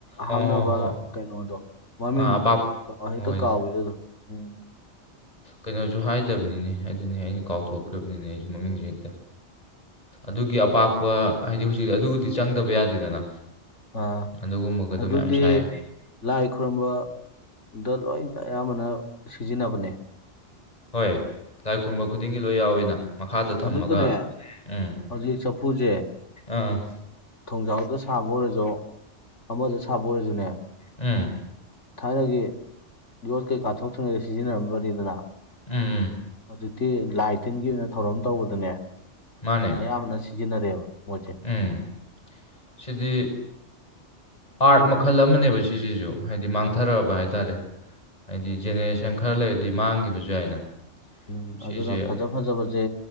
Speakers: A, on the left; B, on the left.
A: ꯑꯣ
B: ꯍꯥꯞꯅꯕ
A: ꯍꯣ ꯍꯣꯏ
B: ꯀꯩꯅꯣꯗꯣ ꯃꯃꯤꯡ
A: ꯑꯥ ꯑꯄꯥꯛ
B: ꯍꯦꯛꯇ
A: ꯍꯣꯏ
B: ꯀꯥꯎꯋꯤ ꯑꯗꯨꯗꯣ ꯎꯝ
A: ꯀꯩꯅꯣꯖꯨ ꯍꯥꯏꯗꯕꯅꯤꯅꯦ ꯑꯗꯨꯅꯦ ꯑꯩꯅ ꯀꯥꯎꯊꯣꯛꯈ꯭ꯔꯕꯅꯤꯅꯦ ꯑꯩꯁꯨ ꯃꯃꯤꯡꯁꯦ ꯍꯦꯛꯇ ꯑꯗꯨꯒꯤ ꯑꯄꯥꯛꯄ ꯍꯥꯏꯗꯤ ꯍꯧꯖꯤꯛꯇꯤ ꯑꯗꯨꯕꯨꯗꯤ ꯆꯪꯗꯕ ꯌꯥꯗꯦꯗꯅ
B: ꯑꯥ
A: ꯑꯗꯨꯒꯨꯝꯕꯒꯗꯣ
B: ꯑꯗꯨꯗꯤ
A: ꯃꯌꯥꯝ ꯁꯥꯏ
B: ꯂꯥꯏ ꯈꯨꯔꯝꯕꯗ ꯂꯣꯏꯅ ꯑꯌꯥꯝꯕꯅ ꯁꯤꯖꯤꯟꯅꯕꯅꯦ
A: ꯍꯣꯏ ꯂꯥꯏ ꯈꯨꯔꯨꯝꯕ ꯈꯨꯗꯤꯡꯒꯤ ꯂꯣꯏ ꯌꯥꯎꯋꯤꯅ ꯃꯈꯥꯗ ꯊꯝꯃꯒ
B: ꯑꯗꯨꯒꯅꯦ
A: ꯎꯝ
B: ꯍꯧꯖꯤꯛ ꯆꯐꯨꯁꯦ
A: ꯑꯥ
B: ꯊꯣꯡꯖꯥꯎꯗ ꯁꯥꯕ ꯑꯣꯏꯔꯁꯨ ꯑꯃꯗ ꯁꯥꯕ ꯑꯣꯏꯔꯁꯨꯅꯦ
A: ꯎꯝ
B: ꯊꯥꯏꯅꯒꯤ ꯌꯣꯠ ꯀꯩꯀꯥ ꯊꯣꯛꯇ꯭ꯔꯤꯉꯩ ꯁꯤꯖꯤꯟꯅꯔꯝꯕꯅꯤꯗꯅ
A: ꯎꯝ ꯎꯝ
B: ꯍꯧꯖꯤꯛꯇꯤ ꯂꯥꯏ ꯇꯤꯟꯒꯤ ꯑꯣꯏꯅ ꯊꯧꯔꯝ ꯇꯧꯕꯗꯅꯦ
A: ꯃꯥꯅꯦ
B: ꯑꯌꯥꯝꯕꯅꯁꯤ ꯁꯤꯖꯤꯟꯅꯔꯦꯕ ꯃꯣꯏꯁꯦ
A: ꯎꯝ ꯁꯤꯗꯤ ꯑꯥꯔꯠ ꯃꯈꯜ ꯑꯃꯅꯦꯕ ꯁꯤꯁꯤꯁꯨ ꯍꯥꯏꯗꯤ ꯃꯥꯡꯊꯔꯛꯑꯕ ꯍꯥꯏ ꯇꯔꯦ ꯍꯥꯏꯗꯤ ꯖꯦꯅꯦꯔꯦꯁꯟ ꯈꯔ ꯂꯩ ꯃꯥꯡꯈꯤꯕꯁꯨ ꯌꯥꯏꯅ
B: ꯎꯝ
A: ꯁꯤꯁꯦ
B: ꯑꯗꯨꯅ ꯐꯖ ꯐꯖꯕꯁꯦ